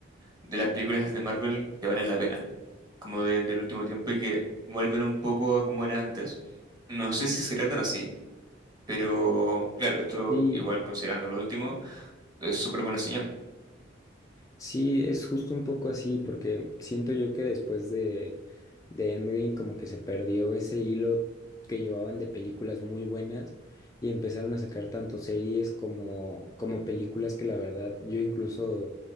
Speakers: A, on the right; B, on the left.
A: de las películas de Marvel que valen la pena, como de- del último tiempo y que vuelven un poco a como era antes. No sé si será tan así, pero claro, esto
B: Sí,
A: igual considerando lo último, es súper buena señal.
B: sí, es justo un poco así, porque siento yo que después de, de Endgame como que se perdió ese hilo que llevaban de películas muy buenas y empezaron a sacar tanto series como, como películas que la verdad yo incluso